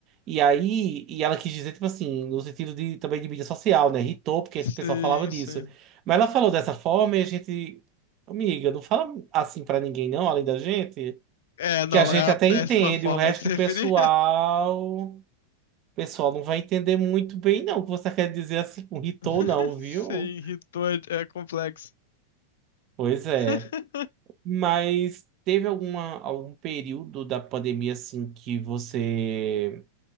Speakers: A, on the right; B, on the left.
A: E aí, e ela quis dizer, tipo assim, no sentido de também de mídia social, né? Irritou, porque
B: Sim,
A: esse pessoal falava disso.
B: sim.
A: Mas ela falou dessa forma e a gente, amiga, não fala assim pra ninguém, não, além da gente,
B: É, não,
A: que a gente
B: é a
A: até
B: péssima
A: entende,
B: forma
A: o resto
B: de se referir.
A: do pessoal pessoal não vai entender muito bem, não, o que você quer dizer assim com Hitou,
B: <laughs>
A: não, viu?
B: Sim, irritou é é complexo.
A: Pois é.
B: <laughs>
A: Mas teve alguma, algum período da pandemia, assim, que você,